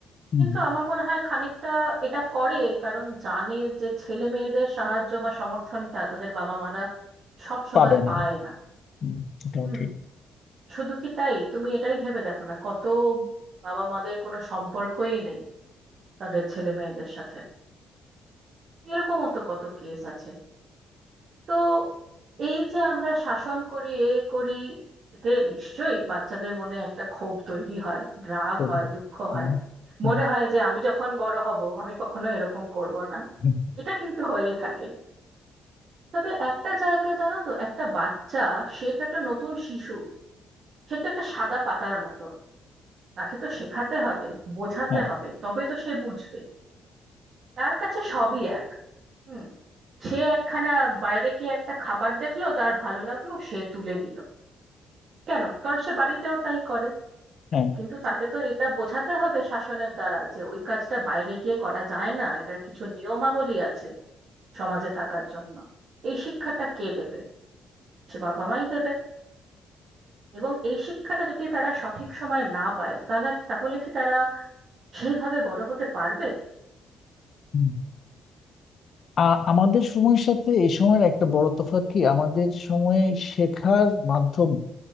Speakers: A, on the left; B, on the right.
A: হুম,
B: কিন্তু আমার মনে হয় খানিকটা এটা করে কারণ জানে যে ছেলে মেয়েদের সাহায্য বা সমর্থনটা তাদের বাবা মারা সব সময়
A: পাবে না
B: পায় না
A: হুম, এটাও
B: হুম
A: ঠিক।
B: শুধু কি তাই তুমি এটাই ভেবে দেখো না কত বাবা মাদের কোনো সম্পর্কই নেই তাদের ছেলে মেয়েদের সাথে এরকমও তো কত কেস আছে তো এই যে আমরা শাসন করি এ করি এতে নিশ্চয়ই বাচ্চাদের মনে একটা ক্ষোভ তৈরি হয় রাগ
A: করি
B: হয় দুঃখ
A: হুম,
B: হয়
A: হুম,
B: মনে হয় যে আমি যখন বড় হব আমি কখনো এরকম করব না
A: হুম,
B: এটা কিন্তু হয়ে থাকে তবে একটা জায়গায় জানো তো একটা বাচ্চা সে তো একটা নতুন শিশু সে তো একটা সাদা পাতার মতো তাকে তো শেখাতে হবে বোঝাতে
A: হ্যাঁ
B: হবে তবে তো সে বুঝবে তার কাছে সবই এক হুম সে একখানা বাইরে গিয়ে একটা খাবার দেখলো তার ভালো লাগলো সে তুলে নিল কেন কারণ সে বাড়িতেও তাই করে
A: হ্যাঁ
B: কিন্তু তাকে তো এটা বোঝাতে হবে শাসনের দ্বারা যে ওই কাজটা বাইরে গিয়ে করা যায় না এটার কিছু নিয়মাবলী আছে সমাজে থাকার জন্য এই শিক্ষাটা কে দেবে সে বাবা মাই দেবে এবং এই শিক্ষাটা যদি তারা সঠিক সময়ে না পায় তাহলে তাহলে কি তারা সেইভাবে বড় হতে পারবে
A: হুম। আ- আমাদের সময়ের সাথে এই সময়ের একটা বড় তফাৎ কি আমাদের সময়ে শেখার মাধ্যম